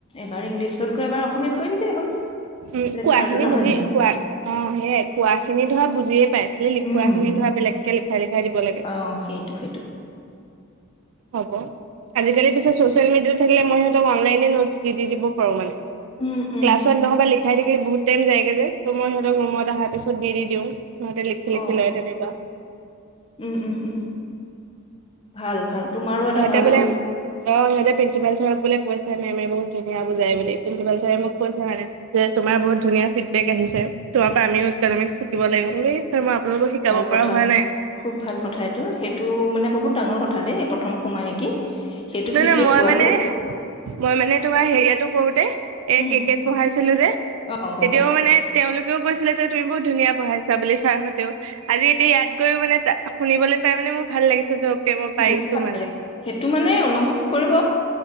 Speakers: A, on the left (about 25°); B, on the right (about 80°).
A: এবাৰ ইংলিছত কয় এবাৰ অসমীয়াত কৈ দিলেই হ'ল
B: উম,
A: লেকচাৰটো
B: কোৱা খিনি
A: নহয়
B: বুজি
A: জানো
B: কোৱা অ' সেইয়ে কোৱা খিনি ধৰা বুজিয়ে পায়। খালি লিখোৱা
A: উম
B: খিনি ধৰা বেলেগকে লিখাই লিখাই দিব লাগে
A: অ সেইটো সেইটো
B: হ'ব আজিকালি পিছে ছচিয়েল মিডিয়াতো থাকিলে মই অনলাইনে নোটছ দি-দি দিব। ফৰ মানে
A: উম উম
B: ক্লাছ ৰ দিনাখন দেখাই থাকিলে বহুত টাইম যায়গে যে তো মই সিঁহতক ৰুমত অহা পিছত দি দিওঁ। সিহঁতে লিখি লিখি
A: অ
B: লয় তেনেকুৱা
A: উম উম উম ভাল ভাল তোমাৰো এটা
B: সিহঁতে
A: ভাল
B: বোলে অ' সিহঁতে প্ৰিঞ্চিপাল চাৰক বোলে কৈছে মেমে বহুত ধুনীয়া বুজাই প্ৰিঞ্চিপাল চাৰে মোক কৈছে মানে যে তোমাৰ বহুত ধুনীয়া ফিডবেক আহিছে তোমাৰ পৰা আমি ইকনমিক্স শিকিব লাগিব বুলি <unintelligible>
A: ভাল
B: পৰা
A: কথা
B: হোৱা নাই
A: খুব ভাল কথা এইটো সেইটো মানে বহুত ডাঙৰ কথা দেই প্ৰথম সোমায়ে কি? সেইটো
B: নহ
A: ফিডবেক
B: নহ মই
A: পোৱাটো
B: মানে মই মানে তোমাৰ হেৰিয়টো কৰোতে এ
A: উম
B: কেকেট পঢ়াইছিলো যে।
A: অ গম
B: তেতিয়াও
A: পাইছো
B: মানে তেওঁলোকেও কৈছিলে যে তুমি বহুত ধুনীয়া পঢ়াইছা বুলি ছাৰহঁতেও আজি। এতিয়া ইয়াত গৈও মানে ত শুনিবলৈ পাই মানে মোৰ ভাল লাগিছে যে অকে মই পাৰিছো
A: বহুত ভাল
B: মানে।
A: লাগে সেইটো মানে অনুভৱ কৰিব